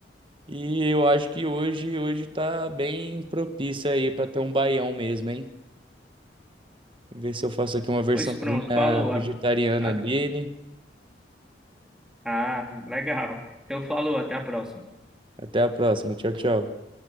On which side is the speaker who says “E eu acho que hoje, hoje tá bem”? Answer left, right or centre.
Right